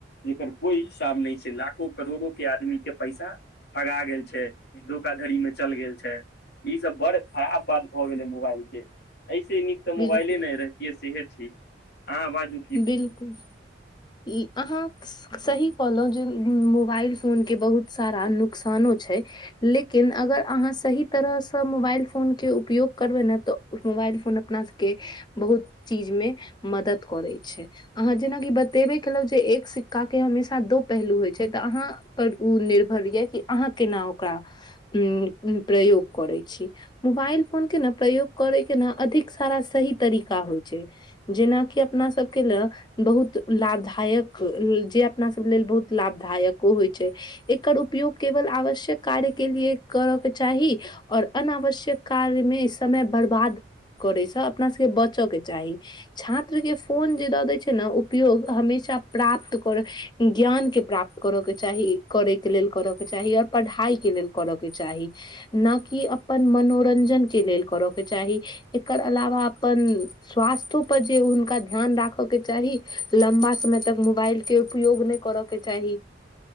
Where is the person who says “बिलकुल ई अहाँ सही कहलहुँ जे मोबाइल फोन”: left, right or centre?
Left